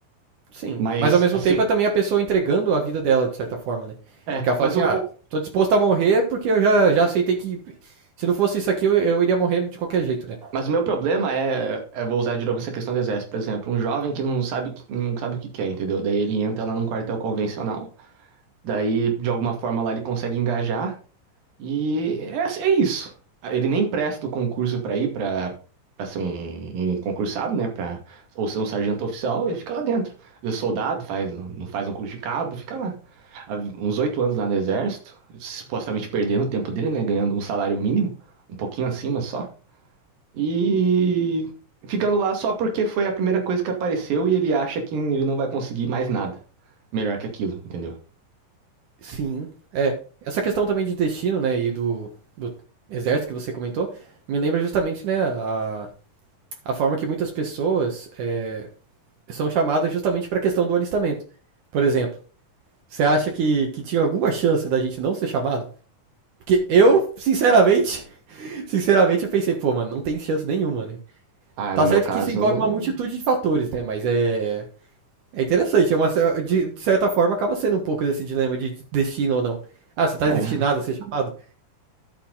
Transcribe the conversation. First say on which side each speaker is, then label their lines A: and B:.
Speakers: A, on the right; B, on the right.
A: Sim.
B: Mas
A: Mas ao mesmo
B: assim,
A: tempo é também a pessoa entregando a vida dela, de certa forma, né?
B: é,
A: Porque ela fala
B: mas
A: assim,
B: o, o-
A: ah, tô disposto a morrer porque eu já, já aceitei que. Se não fosse isso aqui, eu, eu iria morrer de qualquer jeito, né?
B: Mas o meu problema é, é, vou usar de novo essa questão do exército, por exemplo, um jovem que não sabe, que- não sabe o que quer, entendeu? Daí ele entra lá num quartel convencional. Daí, de alguma forma, lá ele consegue engajar e é, assim, é isso. Ele nem presta o concurso pra ir pra para ser um, um concursado, né? Pra, ou ser um sargento oficial e fica lá dentro. Às vezes soldado, faz, não faz um curso de cabo, fica lá. Há uns oito anos lá no exército, supostamente perdendo o tempo dele, né? Ganhando um salário mínimo, um pouquinho acima só. E ficando lá só porque foi a primeira coisa que apareceu e ele acha que ele não vai conseguir mais nada melhor que aquilo, entendeu?
A: Sim. É. Essa questão também de destino, né? E do, do exército que você comentou, me lembra justamente, né, a, a forma que muitas pessoas é, são chamadas justamente para a questão do alistamento. Por exemplo, você acha que, que tinha alguma chance da gente não ser chamado? Porque eu, sinceramente, Sinceramente, eu pensei, pô, mano, não tem chance nenhuma, né?
B: Ah,
A: Tá
B: no meu
A: certo
B: caso,
A: que isso envolve uma multitude de fatores, né? Mas é. É interessante, é uma, de de certa forma acaba sendo um pouco desse dilema de destino ou não. Ah, você tá
B: é.
A: destinado a ser chamado?